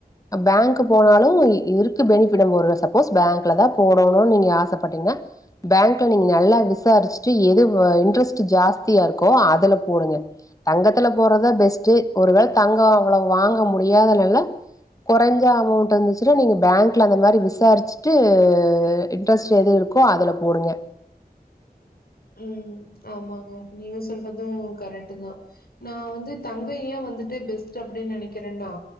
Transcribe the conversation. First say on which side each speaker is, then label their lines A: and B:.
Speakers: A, on the left; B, on the left.
A: பேங்க்கு போனாலும் இருக்கு பெனிஃபிட் நம்ம ஒரு சப்போஸ் பேங்க்ல தான் போடோனுனு நீங்க ஆசைப்பட்டீங்கன்னா பேங்க்ல நீங்க நல்லா விசாரிச்சுட்டு எது இன்ட்ரெஸ்ட் ஜாஸ்தியா இருக்கோ அதுல போடுங்க தங்கத்துல போடுறதா பெஸ்ட்டு ஒருவேள தங்கம் அவ்ளோ வாங்க முடியாதனால கொறஞ்ச அமௌண்ட் இருந்துச்சுன்னா நீங்க பேங்க்ல அந்த மாரி விசாரிச்சுட்டு து இன்ட்ரெஸ்ட் எது இருக்கோ அதுல போடுங்க
B: உஹம் ஆமாங்க நீங்க சொல்றதும் கரெக்ட் தான் நான் வந்து தங்க ஏன் வந்துட்டு பெஸ்ட் அப்டின்னு நெனைக்கிறேன்னா